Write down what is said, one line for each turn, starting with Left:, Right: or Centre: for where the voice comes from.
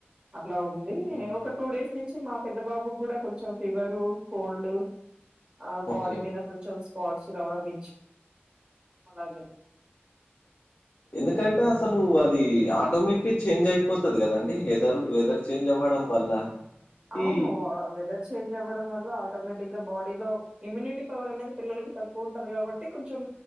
Right: అట్లా ఉంది
Left: మ్మ్,
Right: ఒక టూ డేస్ నుంచి మా పెద్ద బాబు కూడా కొంచెం ఫీవరు కోల్డ్ ఆ బాడీ
Left: ఓకే
Right: మీద కొంచెం స్పాట్స్ రావడం ఇచ్చి అలా జరిగి
Left: ఎందుకంటే
Right: జరుగుతుంది
Left: అసలు అది ఆటోమేటిక్ చేంజ్ అయిపోతది కదండి వెదరు వెదర్ చేంజ్ అవ్వడం వల్ల
Right: అవును
Left: ఈ
Right: వ వెదర్ చేంజ్ అవ్వడం వల్ల ఆటోమేటిక్ గా బాడీ లో ఇమ్యూనిటీ పవర్ అనేది పిల్లలకి తక్కువ ఉంటది కాబట్టి కొంచెం